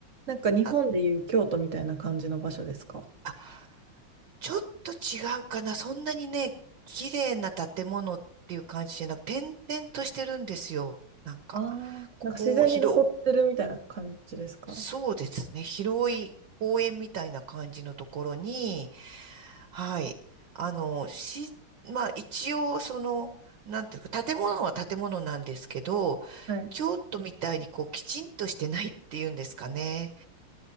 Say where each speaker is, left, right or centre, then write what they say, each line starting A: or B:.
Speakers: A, on the right; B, on the right.
A: なんか日本でいう京都みたいな感じの場所ですか
B: あ、あ、ちょっと違うかな。そんなにね、綺麗な建物っていう感じじゃなく、点々としてるんですよ。なんか、
A: ああー。
B: ここ、
A: なんか自然に残ってるみたいな感じですか
B: 広、そうですね。広い公園みたいな感じのところに、はい。あの、し、まあ一応、その、なんていうか、建物は建物なんですけど、
A: はい。
B: 京都みたいにこう、きちんとしてないっていうんですかね。